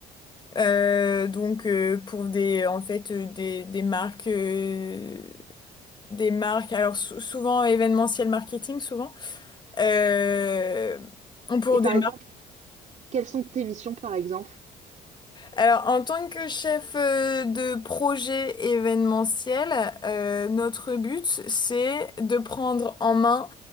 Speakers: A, on the left; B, on the right.
A: Euh, donc, euh, pour des, en fait, euh, des, des marques... euh, des marques, alors sou- souvent événementiel marketing, souvent, euh, pour des
B: par exemple, quelles sont tes missions, par exemple?
A: Alors, en tant que chef euh, de projet événementiel, euh, notre but, c'est de prendre en main